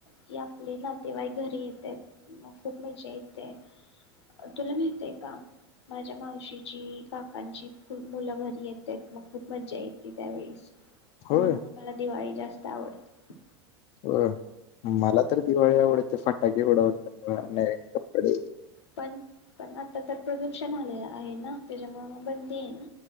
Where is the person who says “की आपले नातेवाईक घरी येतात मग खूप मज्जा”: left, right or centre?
Left